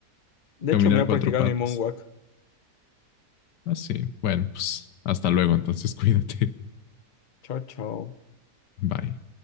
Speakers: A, on the left; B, on the left.
A: De
B: Caminar
A: hecho, me voy
B: cuatro
A: a practicar
B: patas.
A: mi moonwalk.
B: Ah, sí. Bueno, pues hasta luego, entonces cuídate.
A: Chao, chao.
B: <laughs> Bye.